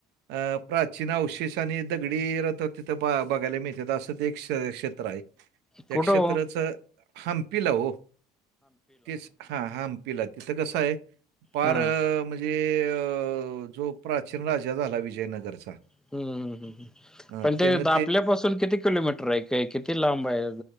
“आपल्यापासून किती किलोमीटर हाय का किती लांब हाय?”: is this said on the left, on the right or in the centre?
Centre